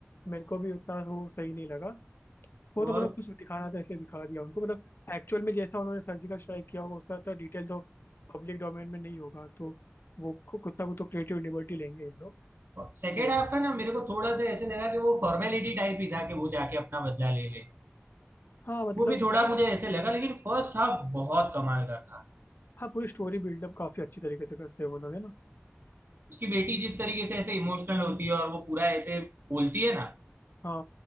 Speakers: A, on the left (about 60°); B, on the right (about 55°).
A: मेरे को भी उतना वो सही नहीं लगा वो
B: और
A: तो मतलब कुछ दिखाना था इसलिए दिखा दिया उनको मतलब एक्चुअल में जैसा उन्होंने सर्जिकल स्ट्राइक किया होगा उसका तो डिटेल तो पब्लिक डोमेन में नहीं होगा तो वो कु- कुछ ना कुछ तो क्रिएटिव लिबर्टी लेंगे ये लोग
B: सेकेंड
A: तो
B: हाफ है ना मेरे को थोड़ा सा ऐसे लगा कि वो फॉर्मेलिटी टाइप ही था कि वो जाके अपना बदला ले ले
A: हाँ मतलब
B: वो भी थोड़ा
A: मतलब,
B: मुझे ऐसे लगा लेकिन फर्स्ट हाफ बहुत कमाल का था
A: हाँ पूरी स्टोरी बिल्डअप काफी अच्छी तरीके से करते हैं वो लोग है ना
B: उसकी बेटी जिस तरीके से ऐसे इमोशनल होती है और वो पूरा ऐसे बोलती है ना
A: हाँ